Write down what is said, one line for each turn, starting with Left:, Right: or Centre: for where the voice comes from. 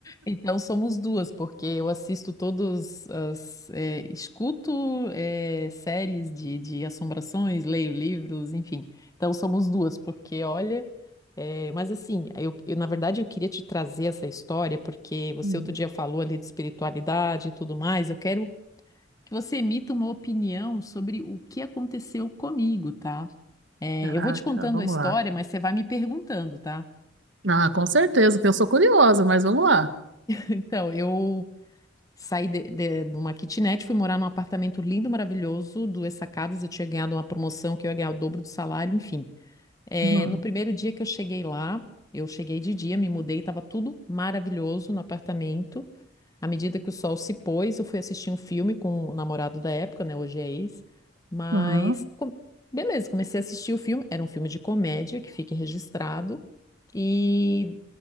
Left: Então somos duas, porque eu assisto todos, as. eh, escuto eh, séries de, de assombrações, leio livros, enfim. Então somos duas, porque olha. eh, mas assim, eu, eu, na verdade eu queria te trazer essa história, porque você
Right: Hum,
Left: outro dia falou ali de espiritualidade e tudo mais. Eu quero que você emita uma opinião sobre o que aconteceu comigo, tá? Eh,
Right: caraca,
Left: eu vou te contando
Right: vamos
Left: a história,
Right: lá.
Left: mas você vai me perguntando, tá? <laughs>
Right: Ah, com certeza, que eu sou curiosa, mas vamos lá.
Left: Então, eu Saí de, de, de uma kitnet, fui morar num apartamento lindo, maravilhoso, duas sacadas. Eu tinha ganhado uma promoção que eu ia ganhar o dobro do salário, enfim. É,
Right: Uhum,
Left: no primeiro dia que eu cheguei lá, eu cheguei de dia, me mudei, estava tudo maravilhoso no apartamento. À medida que o sol se pôs, eu fui assistir um filme com o namorado da época, né? Hoje é ex. Mas,
Right: uhum,
Left: com- beleza, comecei a assistir o filme. Era um filme de comédia, que fica registrado. E